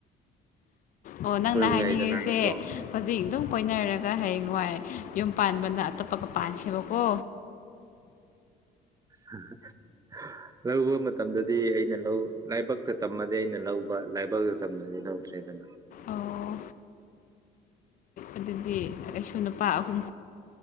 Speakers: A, on the left; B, on the right.
A: ꯑꯣ ꯅꯪꯅ
B: ꯀꯣꯏꯕ
A: ꯍꯥꯏꯅꯤꯡꯉꯤꯁꯦ
B: ꯌꯥꯏꯗꯅ ꯅꯠꯇ꯭ꯔꯣ
A: ꯍꯧꯖꯤꯛ ꯑꯗꯨꯝ ꯀꯣꯏꯅꯔꯒ ꯍꯌꯦꯡꯋꯥꯏ ꯌꯨꯝ ꯄꯥꯟꯕꯅ ꯑꯇꯣꯞꯄꯒ ꯄꯥꯟꯁꯦꯕꯀꯣ
B: <unintelligible> ꯂꯧꯕ ꯃꯇꯝꯗꯗꯤ ꯑꯩꯅ ꯂꯧ ꯂꯥꯏꯕꯛꯇ ꯇꯝꯃꯗꯤ ꯑꯩꯅ ꯂꯧꯕ ꯂꯥꯏꯕꯛꯇ ꯇꯝꯗ꯭ꯔꯗꯤ ꯂꯧꯗ꯭ꯔꯦꯗꯅ
A: ꯑꯣ ꯑꯗꯨꯗꯤ ꯑꯩꯁꯨ ꯅꯨꯄꯥ ꯑꯍꯨꯝ